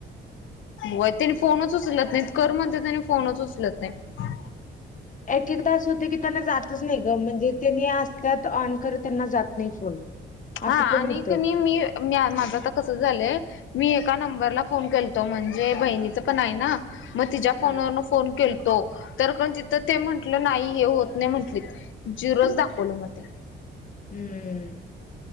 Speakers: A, on the left; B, on the left.
A: वै तेनी फोनच उचलत नाइत. कर म्हणते त्यानी फोनच उचलत नाहीत.
B: एक एकदा असं होते की त्यांना जातच नाही ग म्हणजे त्यांनी असत्यात ऑन खर त्यांना जात नाही फोन.
A: हा
B: असं पण
A: आणि
B: होतंय
A: कनाय मी माझं आता कस झालंय? मी एका नंबरला फोन केलतो म्हणजे बहिणीच पण आहे ना मग तिच्या् फोनवरून
B: हा.
A: फोन केलतो. तो तर पण तिथं ते म्हंटलं नाही हे होत नाही म्हंटलीत जिरोज दाखवलं मग ते.
B: हम्म